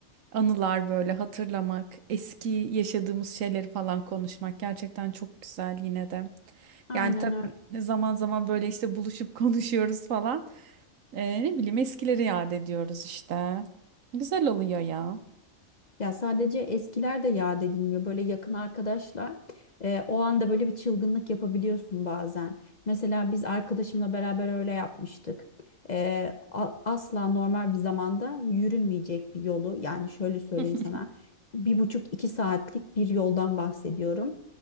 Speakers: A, on the right; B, on the left.
A: Anılar böyle hatırlamak, eski yaşadığımız şeyleri falan konuşmak gerçekten çok güzel yine de.
B: Aynen
A: Yani tabii
B: öyle.
A: zaman zaman böyle işte buluşup <laughs> konuşuyoruz falan. Ee, ne bileyim eskileri yad ediyoruz işte. Güzel oluyor ya.
B: Ya sadece eskiler de yad edilmiyor. Böyle yakın arkadaşla e, o anda böyle bir çılgınlık yapabiliyorsun bazen. Mesela biz arkadaşımla beraber öyle yapmıştık. E, a- asla normal bir zamanda yürünmeyecek bir yolu yani şöyle söyleyeyim
A: <laughs>
B: sana bir buçuk iki saatlik bir yoldan bahsediyorum.